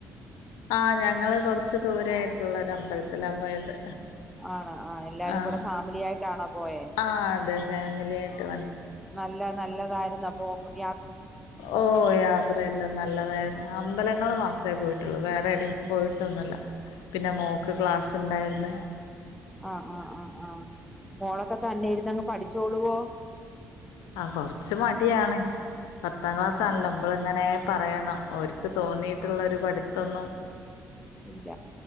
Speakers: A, on the left; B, in the centre.
A: ആഹ് ഞങ്ങള് കൊർച്ച് ദൂരെ ആയിട്ടുള്ളൊരുമ്പലത്തിലാ പോയത്
B: ആണ് ആ എല്ലാരും
A: ആഹ്
B: കൂടെ ഫാമിലി ആയിട്ടാണോ പോയേ
A: ആഹ് അതെ ഫാമിലി ആയിട്ട്
B: നല്ല നല്ലതാര്ന്നോ? <unintelligible>
A: ഓ യാത്രയെല്ലാം നല്ലതായിരുന്നു അമ്പലങ്ങള് മാത്രമേ പോയി- ട്ടുള്ളു വേറെ എടേം പോയിട്ടൊന്നുല്ല- പിന്നെ മോക്ക് ക്ലാസ് ഉണ്ടായിരുന്നു-
B: ആഹ ആഹ് ആഹ് ആഹ് മോളൊക്കെ തന്നെ ഇരുന്നങ്ങ് പഠിച്ചോളുവോ?
A: ആ കൊറച്ച് മടിയാണ് പത്താം ക്ലാസ്
B: ആഹ്
A: ആണല്ലോ
B: ആഹ്
A: നമ്മള് ഇങ്ങനെ- പറയണം ഓര്ക്ക് തോന്നിയിട്ടുള്ള ഒരു പഠിത്തൊന്നും-
B: ഇല്ല